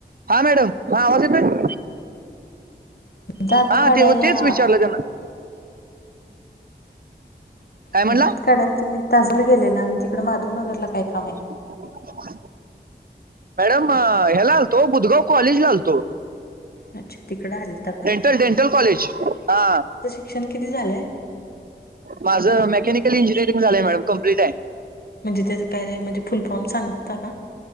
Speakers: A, on the right; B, on the left.
A: हा मॅडम आवाज येतोय?
B: दात
A: हा
B: काढायला
A: ते तेच विचारलं त्यांना काय म्हणला
B: दात काढायला तुम्ही ताजला गेलेला आणि तिकड माधवनगरला काय काम आहे?
A: <unintelligible> मॅडम ह्याला आलतो बुदगाव कॉलेज ला आलतो
B: अच्छा तिकडे आलता का
A: डेंटल डेंटल कॉलेज हा.
B: शिक्शण किती झालय?
A: माझं मेकॅनिकल इंजिनिअरिंग झालंय मॅडम कम्प्लीट आहे.
B: म्हणजे त्याचं काय र म्हणजे फुल फॉर्म सांगता का?